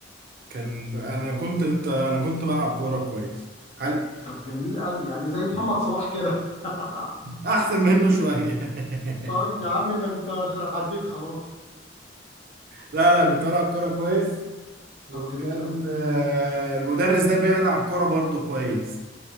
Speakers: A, on the right; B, on the left.
A: كان أنا كنت أنت أنا كنت بلعب كورة كويس حلو
B: طب جميل قوي يعني زي محمد صلاح كده <laughs>
A: أحسن منه شوية <laughs>
B: طيب يا عم ده انت عديت خلاص
A: لا لا كنت بلعب كورة كويس وكان
B: طب جميل قوي
A: آه، المدرس ده بيلعب كرة برضه كويس